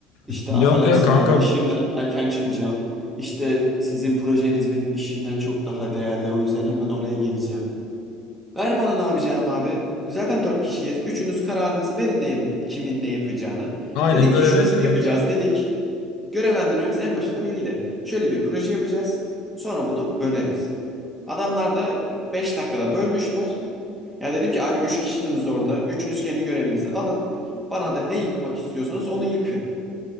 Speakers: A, in the centre; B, on the left.
A: İşte
B: Yok
A: affedersin
B: ya kanka
A: abi işimden erken çıkacağım. İşte sizin projeniz benim işimden çok daha değerli. O yüzden hemen oraya geleceğim. Ver bana ne yapacağım abi. Zaten dört kişiyiz. Üçünüz kararınızı verin ne, kimin ne yapacağını.
B: aynen
A: Dedik
B: görevlendirmeni
A: ki şunu şunu yapacağız
B: yap.
A: dedik. Görevlendirmemiz en başında belliydi. Şöyle bir proje yapacağız. Sonra bunu böleriz. Adamlar da 5 dakikada bölmüşler. Ya dedim ki abi 3 kişisiniz orada. Üçünüz kendi görevinizi alın. Bana da ne yıkmak istiyorsanız onu yıkın.